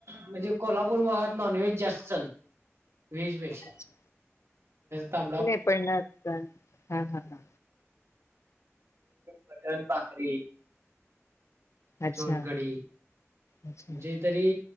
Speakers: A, on the right; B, on the left.
A: म्हणजे कोल्हापूर भागात नॉनव्हेज जास्त चालते व्हेज पेक्षा
B: अच्छा
A: तां
B: नाही पण ना हा, हा, ह
A: मटन भाकरी
B: अच्छा
A: सोनकडी
B: अच्छा
A: जे तरी